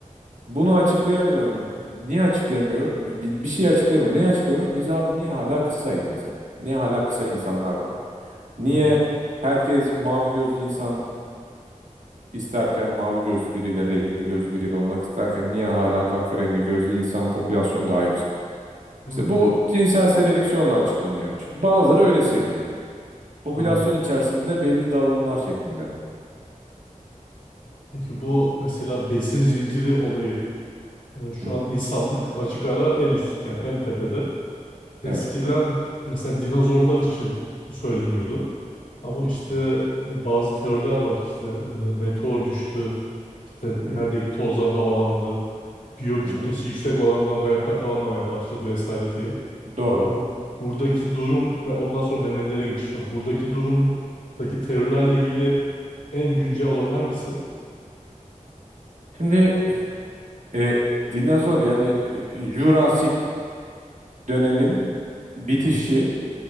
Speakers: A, on the right; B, on the left.
A: bunu açıklayamıyor. Yani Niye açıklayamıyor? Bir, bir şey açıklayamıyor. Niye açıklayamıyor? Biz abi niye hala kısayız mesela? Niye hala kısa insanlar var? Niye
B: Hı
A: herkes mavi gözlü insan isterken mavi gözlü biriyle, renkli gözlü biriyle olmak isterken niye hala kahverengi gözlü insan popülasyonu daha yüksek?
B: hı.
A: İşte bu cinsel seleksiyonla açıklanıyor. Çünkü bazıları öyle seviyor. Popülasyon
B: Anladım.
A: içerisinde belli dağılımlar şeklinde.
B: Peki bu mesela besin zinciri olayı e, şu
A: Hı hı.
B: an insanlık açık ara en üst yani en tepede. Eskiden
A: Evet.
B: mesela dinozorlar için bu söyleniyordu. Ama işte
A: Hı hı.
B: e, bazı teoriler var işte e, meteor düştü İşte
A: Hı
B: yerdeki
A: hı.
B: tozlar havalandı. Biyo kütlesi
A: Hı hı.
B: yüksek olanlar hayatta kalamamaya başladı vesaire diye.
A: Doğru.
B: Bu buradaki durum ve ondan sonra memelilere geçiş var. Buradaki durumdaki terörlerle ilgili en güncel olan hangisi?
A: Şimdi e, dinozor yani e, Jurassic dönemin bitişi
B: Hı